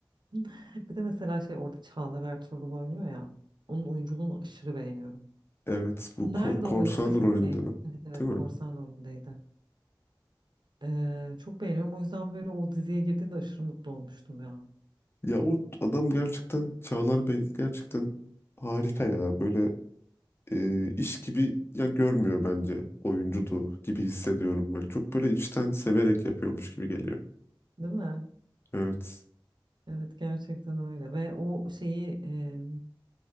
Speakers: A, on the right; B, on the left.
A: <laughs> Bir de mesela şey orada Çağlar Ertuğrul oynuyor ya. Onun oyunculuğunu aşırı beğeniyorum.
B: Evet bu
A: Nerede
B: ko- korsan
A: oynasa çok
B: rolünde
A: beğeniyorum.
B: mi?
A: Evet evet
B: Değil mi?
A: korsan rolündeydi. Ee, çok beğeniyorum. O yüzden böyle o diziye girdiğinde aşırı mutlu olmuştum ya.
B: Ya o adam gerçekten Çağlar Bey gerçekten harika ya. Böyle e, iş gibi ya görmüyor bence oyunculuğu gibi hissediyorum ben. Çok böyle içten severek yapıyormuş gibi geliyor.
A: Değil mi?
B: Evet.
A: Evet gerçekten öyle. Ve o şeyi e,